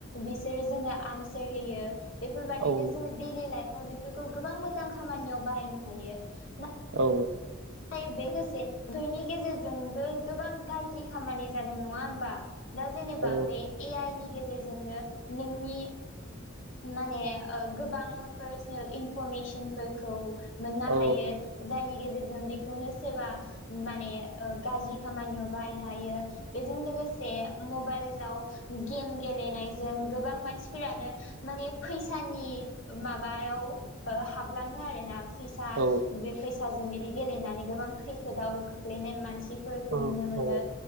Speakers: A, on the left; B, on the right.
A: बिसोरो जोंनो आनसार होयो बेफोरबायदिनो
B: औ
A: जोङो दैलि लाइफाव बेफोरखौ गोबां मोजां खामानियाव बाहायनो हायो ना
B: औ औ
A: थाय बे गोसे <unintelligible> गेजेरजोंबो गोबां गाज्रि खामानि जादों नङा होमबा? दा जेनेबा
B: औ
A: बे ए आइ नि गेजेरजोंनो नोंनि माने ओ गोबां पार्सनेल इनफरमेसनफोरखौ मोननो
B: औ
A: हायो जायनि गेजेरजों बेखौनो सोरबा माने ओ गाज्रि खामानियाव बाहायनो हायो। बेजों लोगोसे मबाइलआव गेम गेलेनायजों गोबां मानसिफोरानो माने फैसानि माबायाव ओ हाबलाङो आरोना। फैसा
B: औ
A: बे फैसाजों बिदि गेलेनानै गोबां खैफोदाव खोख्लैनाय मानसि फोरखौ
B: औ
A: नुनो मोनो।
B: औ